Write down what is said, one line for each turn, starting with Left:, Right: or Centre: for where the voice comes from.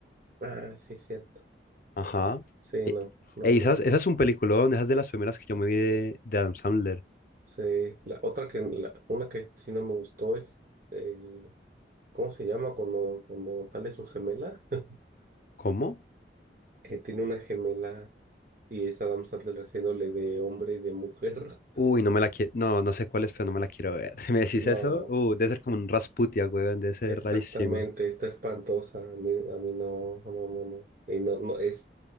Right: Ah, sí, cierto.
Left: Ajá.
Right: Sí,
Left: E-
Right: no, no,
Left: e-
Right: no,
Left: esa,
Right: no.
Left: es esa es un peliculón, esa es de las primeras que yo me vi de, de Adam Sandler.
Right: Sí, la otra que, la, una que sí no me gustó es, eh, ¿cómo se llama cuando, cuando sale su gemela? <laughs>
Left: ¿Cómo?
Right: Que tiene una gemela. y es Adam Sandler haciéndole de hombre y de mujer.
Left: Uy,
Right: <laughs>
Left: no me la quiero. No, no sé cuál es, pero no me la quiero ver. <laughs> Si me decís
Right: No,
Left: eso, uh, debe ser como un Rasputia, weón, debe ser
Right: exactamente,
Left: rarísimo.
Right: está espantosa. A mí, a mí no, no, no, no. no. Y no, no, es,